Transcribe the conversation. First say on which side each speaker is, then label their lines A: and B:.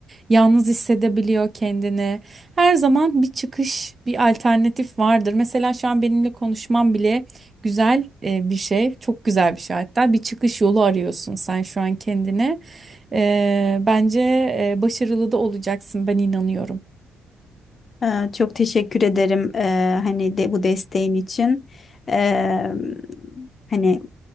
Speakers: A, on the right; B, on the left.
A: Yalnız hissedebiliyor kendini. Her zaman bir çıkış, bir alternatif vardır. Mesela şu an benimle konuşmam bile güzel e, bir şey, çok güzel bir şey hatta. Bir çıkış yolu arıyorsun sen şu an kendine. Ee, bence e, başarılı da olacaksın. Ben inanıyorum.
B: Ee, Çok teşekkür ederim ee, hani de bu desteğin için. Ee, hani